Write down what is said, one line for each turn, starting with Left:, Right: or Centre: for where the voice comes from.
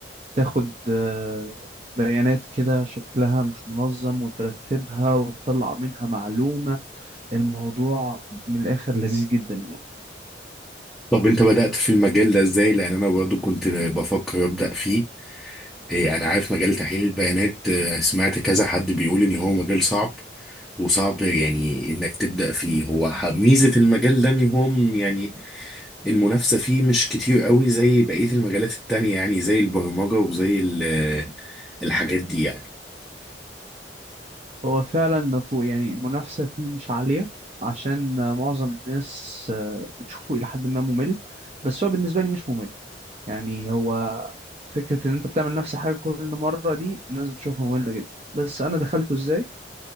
Right: تاخد آه، بيانات كده شكلها مش منظم وترتبها وتطلع منها معلومه الموضوع من الاخر لذيذ جدا يعني
Centre: طب انت بدأت في المجال ده ازاي لان انا برضو كنت بفكر ابدأ فيه إيه انا عارف مجال تحليل البيانات آه، سمعت كذا حد بيقول ان هو مجال صعب وصعب يعني انك تبدأ فيه هو ح- ميزة المجال ده ان هو م- يعني المنافسة فيه مش كتير قوي زي بقية المجالات التانية يعني زي البرمجة وزي ال- آه، الحاجات دي يعني
Right: هو فعلا ما فوق يعني المنافسه فيه مش عاليه عشان آه، معظم الناس آه، بتشوفه الى حد ما ممل بس هو بالنسبه لي مش ممل يعني هو فكرة إن أنت بتعمل نفس الحاجة كل مرة دي الناس بتشوفها مملة جدا بس أنا دخلته إزاي؟